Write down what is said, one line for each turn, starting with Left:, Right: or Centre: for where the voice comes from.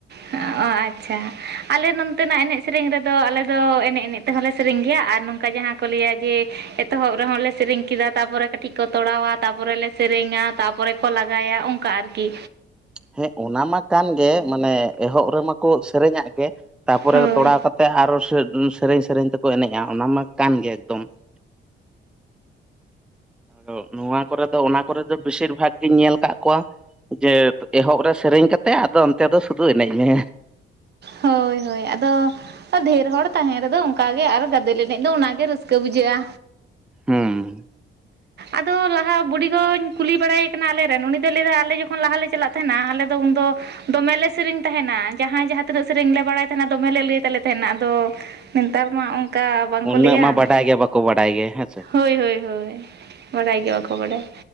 Right: ᱦᱚᱸᱜ-ᱚᱻ ᱟᱪᱪᱷᱟ ᱟᱞᱮ ᱱᱚᱱᱛᱮᱸᱱᱟᱜ ᱮᱱᱮᱡ ᱥᱮᱨᱮᱧ ᱨᱮᱫᱚ ᱟᱞᱮ ᱫᱚ ᱮᱱᱮᱡ ᱮᱱᱮᱡᱼᱼ ᱛᱮ ᱦᱚᱸᱞᱮ ᱥᱮᱨᱮᱧ ᱜᱮᱭᱟ ᱟᱨ ᱱᱚᱝᱠᱟ ᱡᱟᱦᱟᱸ ᱠᱚ ᱞᱟᱹᱭᱟ ᱡᱮ ᱮᱛᱚᱦᱚᱵ ᱨᱮᱦᱚᱸ ᱞᱮ ᱥᱮᱨᱮᱧ ᱠᱮᱫᱟ ᱛᱟᱯᱚᱨᱮ ᱠᱟᱹᱴᱼᱼ ᱠᱟᱹᱴᱤᱡ ᱠᱚ ᱛᱚᱲᱟᱣᱟ ᱛᱟᱯᱚᱨᱮ ᱞᱮ ᱥᱮᱨᱮᱧᱟ ᱛᱟᱯᱚᱨᱮ ᱠᱚ ᱞᱟᱜᱟᱭᱟ ᱚᱱᱠᱟ ᱟᱨ ᱠᱤ᱾
Centre: ᱦᱮᱸ ᱚᱱᱟ ᱢᱟ ᱠᱟᱱ ᱜᱮ ᱢᱟᱱᱮ ᱮᱦᱚᱵ ᱨᱮᱢᱟ ᱠᱚ ᱥᱮᱨᱮᱧᱟᱜ ᱜᱮ᱾ ᱛᱟᱯᱚᱨᱮ
Right: ᱦᱳᱭ
Centre: ᱫᱚ ᱛᱚᱲᱟᱣ ᱠᱟᱛᱮᱜ ᱟᱨᱚ ᱥᱮᱫ ᱚ ᱥᱮᱨᱮᱧ ᱥᱮᱨᱮᱧ ᱛᱮᱠᱚ ᱮᱱᱮᱡᱼᱟ ᱚᱱᱟ ᱢᱟ ᱠᱟᱱ ᱜᱮ ᱮᱠᱫᱚᱢ᱾ ᱟᱫᱚ ᱱᱚᱣᱟ ᱠᱚᱨᱮ ᱫᱚ ᱚᱱᱟ ᱠᱚᱨᱮ ᱫᱚ ᱵᱮᱥᱤᱨ ᱵᱷᱟᱜ ᱜᱤᱧ ᱧᱮᱞ ᱠᱟᱜ ᱠᱚᱣᱟ᱾ ᱡᱮ ᱮᱦᱚᱵ ᱨᱮ ᱥᱮᱨᱮᱧ ᱠᱟᱛᱮᱜ ᱟᱫᱚ ᱚᱱᱛᱮ ᱫᱚ ᱥᱩᱫᱩ ᱮᱱᱮᱡ ᱢᱮ᱾
Right: ᱦᱳᱭ ᱦᱳᱭ ᱟᱫᱚ᱾ ᱠᱟ ᱰᱷᱮᱨ ᱦᱚᱲ ᱛᱟᱦᱮᱸᱱ ᱨᱮᱫᱚ ᱚᱱᱠᱟ ᱜᱮ ᱟᱨ ᱜᱟᱫᱮᱞ ᱮᱱᱮᱡ ᱫᱚ ᱚᱱᱟ ᱜᱮ ᱨᱟᱹᱥᱠᱟᱹ ᱵᱩᱡᱷᱟᱹᱜ-ᱟ᱾
Centre: ᱦᱩᱸ᱾
Right: ᱟᱫᱚ ᱞᱟᱦᱟ ᱵᱩᱰᱤ ᱜᱚᱧ ᱠᱩᱞᱤ ᱵᱟᱲᱟᱭᱮ ᱠᱟᱱᱟ ᱟᱞᱮ ᱨᱮᱱ ᱩᱱᱤ ᱫᱚᱭ ᱞᱟᱹᱭ ᱫᱟ ᱟᱞᱮ ᱡᱚᱠᱷᱚᱱ ᱞᱟᱦᱟ ᱞᱮ ᱪᱟᱞᱟᱜᱼᱼ ᱛᱟᱦᱮᱱᱟ ᱟᱞᱮ ᱫᱚ ᱩᱱ ᱫᱚᱢᱮ ᱞᱮ ᱥᱮᱨᱮᱧ ᱛᱟᱦᱮᱱᱟ ᱡᱟᱦᱟᱸᱭ ᱡᱟᱦᱟᱸᱼᱼ ᱛᱤᱱᱟᱹᱜ ᱥᱮᱨᱮᱧ ᱞᱮ ᱵᱟᱲᱟᱭ ᱛᱟᱦᱮᱱᱟ ᱫᱚᱢᱮ ᱞᱮ ᱞᱟᱹᱭ ᱛᱟᱞᱮ ᱛᱟᱦᱮᱱᱟ ᱟᱫᱚ ᱱᱮᱛᱟᱨ ᱢᱟ ᱚᱝᱼᱼ ᱠᱟ ᱵᱟᱝ
Centre: ᱩᱱᱟᱹᱜ
Right: ᱠᱚ ᱞᱟᱹᱭᱟ
Centre: ᱢᱟ ᱵᱟᱰᱟᱭ ᱜᱮ ᱵᱟᱠᱚ ᱵᱟᱰᱟᱭ ᱜᱮ ᱦᱮᱸᱥᱮ
Right: ᱦᱳᱭ ᱦᱳᱭ ᱵᱟᱰᱟᱭ ᱜᱮ ᱵᱟᱠᱚ ᱵᱟᱰᱟᱭᱟ᱾